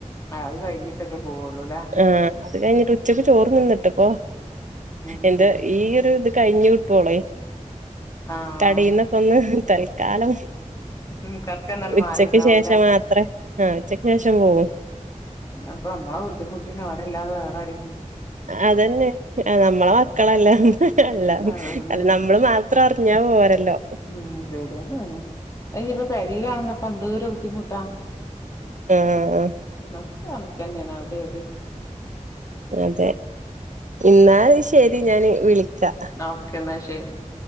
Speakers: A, on the left; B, on the right.
A: ആഹ് അത് കഴിഞ്ഞിട്ടൊക്കെ പോവുള്ളൂല്ലാ
B: ആഹ് അത് കഴിഞ്ഞിട്ട് ഉച്ചക്ക് ചോറ് തിന്നിട്ട് ഇപ്പൊ
A: ഉം
B: എന്റെകയ്യിൽ
A: ഉം
B: - ഈ ഒരു ഇത് കഴിഞ്ഞു കിട്ടുപൊളെ
A: ആഹ്
B: കടയിന്നൊക്കെ ഒന്ന് തൽക്കാലം
A: ഉം കൊറച്ചൊന്നണ്ട്
B: ഉച്ചക്ക്
A: മാറി നിന്നാവൂല്ലേ
B: ശേഷം മാത്രേ ആഹ് ഉച്ചക്ക് ശേഷം പോവൂ
A: പിന്നെ ഇപ്പ നമ്മെ ബുദ്ധിമുട്ടിന് അവരെല്ലാതെ വേറെയാരു
B: അതന്നെ നമ്മളെ മക്കളെല്ലാം എല്ലാം
A: അതന്നെ
B: നമ്മളെ മാത്രം അറിഞ്ഞാ പോരല്ലോ
A: ഉം ശരി എന്ത ഇനിയിപ്പ പേരയിലാണപ്പ എന്തരെ ബുദ്ധിമുട്ടാ-
B: ആഹ്
A: ക്കെ കണക്കന്നെയണ്. അവിടെ എവിടെ
B: അതെ എന്നാൽ ശരി ഞാൻ വിളിക്കാം.
A: ഓക്ക എന്നാൽ ശരി